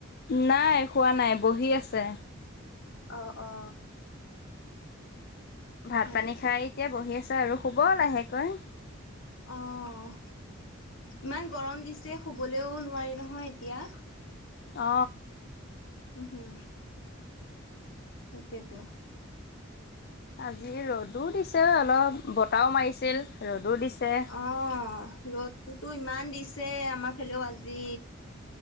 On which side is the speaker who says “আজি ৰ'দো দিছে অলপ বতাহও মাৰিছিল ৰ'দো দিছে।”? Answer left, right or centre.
Left